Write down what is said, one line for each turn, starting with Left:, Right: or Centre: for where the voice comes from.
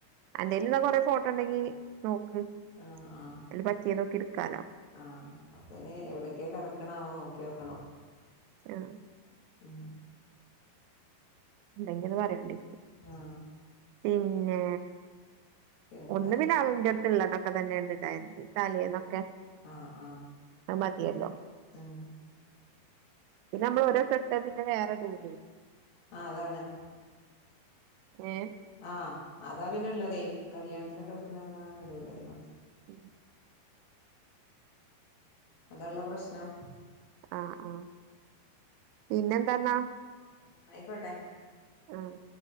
Right: അന്റെയിൽ ന്നാ കൊറെേ ഫോട്ടോണ്ടെങ്കി നോക്ക്
Left: ആ ആ
Right: അയില് പറ്റിയതൊക്കെ എടുക്കാലോ
Left: ആ അപ്പ ഞ്ഞി എവ്ടക്കേ കെട്ക് ക്ക്ണാവോ നോക്ക്യോക്കണം.
Right: ആഹ്
Left: ഉം
Right: ഇണ്ടെങ്കി ഒന്ന് പറ്യോണ്ടി.
Left: ആഹ്
Right: പിന്നെ
Left: പിന്നെന്താ
Right: ഒന്ന് പിന്നെ അത് ന്റട് ത്ത്ള്ളതാ ക്കെത്തന്നേണ്ട് ണ്ടായ്ന്ന് തലേന്നൊക്കെ
Left: ആഹ് ആഹ്
Right: അത് മതിയല്ലോ.
Left: ആഹ്
Right: പിന്ന നമ്മൾ ഓരോസെട്ട പിന്നെ വേറെഇടൂല്ല.
Left: ആഹ് അതാണ്.
Right: ഏഹ്
Left: ആഹ് അതാ പിന്നെള്ളതേ കല്യാണത്തിനൊക്കെ എടുക്കണ നമ്മൾ അങ്ങനെ ഇടുലല്ലോ.
Right: ഉം
Left: അതള്ള പ്രശ്നം.
Right: ആഹ് ആഹ് പിന്നെന്താന്നാ.
Left: ന്നാ ആയിക്കോട്ടെ,
Right: ആഹ്.